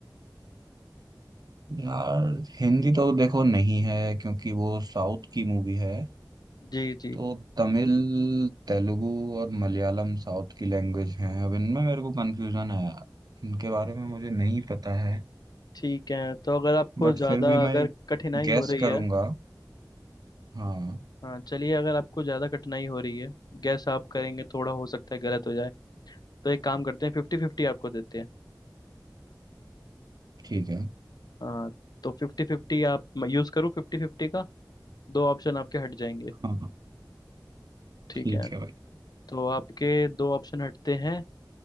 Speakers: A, on the right; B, on the left.
A: यार हिंदी तो देखो नहीं है क्योंकि वो साउथ की मूवी है
B: जी जी
A: तो तमिल तेलुगु और मलयालम साउथ की लैंग्वेज हैं अब इनमें मेरे को कंफ्यूजन है यार इनके बारे में मुझे नहीं पता है
B: ठीक है तो अगर आपको
A: बट
B: ज़्यादा
A: फिर भी मैं
B: अगर
A: एक
B: कठिनाई
A: गैस
B: हो रही
A: करूंगा
B: है
A: हाँ
B: हाँ चलिए अगर आपको ज़्यादा कठिनाई हो रही है गैस आप करेंगे थोड़ा हो सकता है गलत हो जाए तो एक काम करते हैं फिफ्टी फिफ्टी आपको देते हैं
A: ठीक है
B: हाँ तो फिफ्टी फिफ्टी आप यूज़ करूँ फिफ्टी फिफ्टी का दो ऑप्शन आपके हट जाएंगे
A: हाँ हाँ,
B: ठीक
A: ठीक
B: है
A: है भाई
B: तो आपके दो ऑप्शन हटते हैं